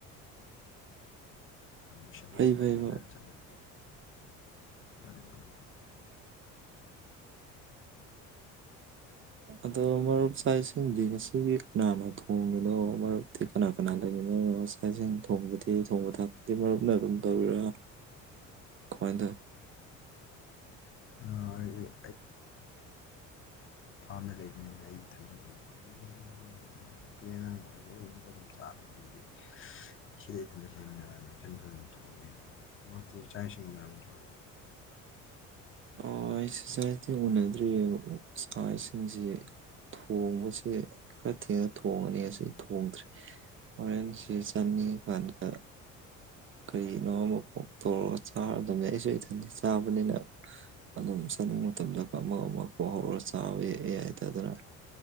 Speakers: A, on the left; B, on the right.
A: ꯃꯤꯁꯟ ꯑꯃꯕꯨꯗꯤ
B: ꯐꯩ ꯐꯩ ꯃꯔꯨꯞ
A: ꯈꯔ ꯆꯪꯉꯅꯤ꯫ ꯃꯥꯅꯦ ꯃꯥꯅꯦ꯫
B: ꯑꯗꯣ ꯃꯔꯨꯞ ꯆꯥꯛ ꯏꯁꯤꯡꯗꯤ ꯉꯁꯤꯒꯤ ꯀꯅꯥꯅ ꯊꯣꯡꯉꯤꯅꯣ ꯃꯔꯨꯞꯇꯤ ꯀꯅꯥ ꯀꯅꯥ ꯂꯩꯃꯤꯟꯅꯩꯅꯣ ꯆꯥꯛ ꯏꯁꯤꯡ ꯊꯣꯡꯕꯗꯤ ꯊꯣꯡꯕ ꯊꯥꯛꯄꯗꯤ ꯃꯔꯨꯞꯅ ꯑꯗꯨꯝ ꯇꯧꯕꯔꯤꯔꯥ ꯀꯃꯥꯏꯟ ꯇꯧꯋꯤ꯫
A: ꯑꯩ ꯐꯥꯔꯝꯗ ꯂꯩꯕꯅꯤꯅ ꯑꯩ ꯏꯊꯟꯗ ꯑꯗꯨꯝ ꯊꯣꯡꯖꯩ ꯅꯨꯄꯤ ꯑꯉꯥꯡ ꯃꯈꯩꯗꯤ ꯑꯩ ꯌꯨꯝꯗ ꯑꯗꯨꯝ ꯆꯥꯕꯅꯦ ꯑꯩꯗꯤ ꯁꯤꯗ ꯏꯊꯟꯇ ꯂꯩꯕꯅꯤꯅ ꯏꯊꯟꯗ ꯑꯗꯨꯝ ꯊꯣꯡꯉꯦ ꯃꯔꯨꯝꯇꯤ ꯆꯥꯛ ꯏꯁꯤꯡ ꯎꯅꯔꯝ ꯅꯠꯇ꯭ꯔꯣ꯫
B: ꯑꯥꯏꯁ ꯆꯥꯛ ꯏꯁꯤꯡ ꯎꯅꯗ꯭ꯔꯤꯌꯦ ꯃꯔꯨꯞ ꯆꯥꯛ ꯏꯁꯤꯡꯖꯤ ꯊꯣꯡꯕꯁꯦ ꯈꯔ ꯊꯦꯡꯅ ꯊꯣꯡꯉꯅꯤ ꯉꯁꯤꯗꯤ ꯊꯣꯡꯗ꯭꯭ꯔꯤ ꯍꯣꯔꯦꯟ ꯁꯦ ꯆꯥꯅꯤꯡꯉ ꯀꯥꯟꯗ ꯀꯔꯤꯅꯣ ꯑꯃ ꯀꯣꯛ ꯇꯧꯔꯒ ꯆꯥꯔꯗꯝꯅꯦ ꯑꯩꯁꯨ ꯏꯊꯟꯇ ꯆꯥꯕꯅꯤꯅ ꯑꯗꯨꯝ ꯆꯥꯅꯤꯡꯕ ꯃꯇꯝꯗꯒ ꯑꯃ ꯑꯃ ꯀꯣꯛ ꯍꯧꯔꯒ ꯆꯥꯕꯤ ꯌꯥꯏꯗ ꯑꯗꯨꯅ